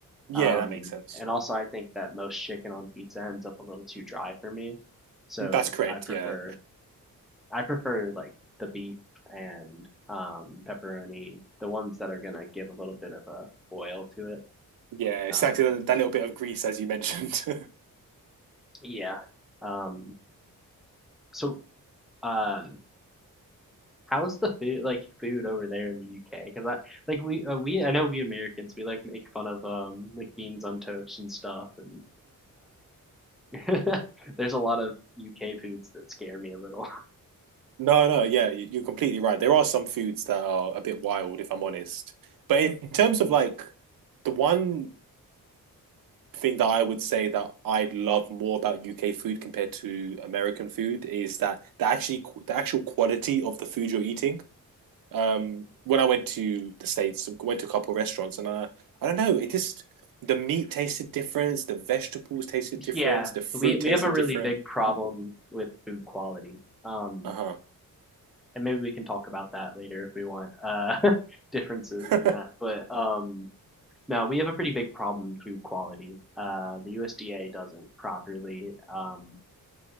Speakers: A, on the right; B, in the centre.
A: Yeah,
B: Um,
A: that makes sense.
B: and also I think that most chicken on pizza ends up a little too dry for me, so
A: That's correct.
B: I prefer
A: Yeah.
B: I prefer like the beef and um, pepperoni, the ones that are gonna give a little bit of a boil to it.
A: Yeah, exactly
B: Um,
A: that, that little bit of grease as you mentioned. <laughs>
B: yeah. Um, so, uh, how's the food like food over there in the UK? Because I like we uh, we I know we Americans we like make fun of um like beans on toast and stuff and uh <laughs> there's a lot of UK foods that scare me a little.
A: No, no, yeah, you- you're completely right. There are some foods that are a bit wild, if I'm honest. But in terms of like the one thing that I would say that I love more about UK food compared to American food is that the actually the actual quality of the food you're eating. Um, when I went to the States, went to a couple of restaurants, and I I don't know, it just the meat tasted different, the vegetables tasted different,
B: Yeah,
A: the fruit
B: we we
A: tasted
B: have a really
A: different.
B: big problem with food quality. Um,
A: Uh-huh.
B: and maybe we can talk about that later if we want uh <laughs> differences in
A: <laughs>
B: that but um no we have a pretty big problem in food quality uh the USDA doesn't properly um